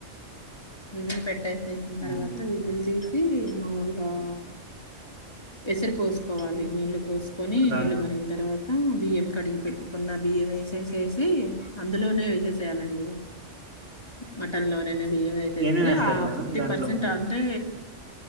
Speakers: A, on the left; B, on the right.
A: విజిల్ పెట్టే చేసిన
B: ఉమ్
A: తర్వాత విజిల్ తీసి మా వాళ్ళ ఆ ఎసరుపోసుకోవాలి నీళ్ళ పోసుకొని
B: దాంట్
A: నీళ్ళు మరిగిన తర్వాత మొత్తం బియ్యం కడిగి పెట్టుకున్న బియ్యం వేసేసేసి అందులోనే వేసేసేయాలండి మటన్ లోనేనే బియ్యం వే చేస్తే
B: ఏమేమి వేస్తారు
A: ఆ
B: మేడం
A: ఫిఫ్టీ
B: దాంట్లో
A: పర్సెంట్ అంటే